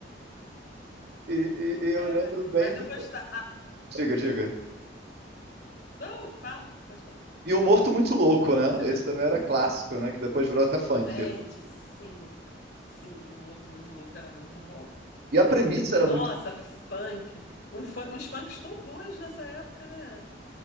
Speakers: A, on the right (about 60°); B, on the left (about 70°).
A: E, e- e eu
B: Ai,
A: lembro
B: ai.
A: bem.
B: Mas
A: t-
B: eu gostava. Ah,
A: Diga, diga.
B: não, fala, pode falar.
A: E o Morto Muito Louco, né?
B: Você lembra?
A: Esse também era clássico, né? Que depois virou até funk.
B: Gente,
A: né?
B: sim, sim, Um Morto Muito Louco era muito bom.
A: E a premissa era
B: Nossa,
A: muito.
B: funk. Um fun- uns funks tão bons nessa época, né?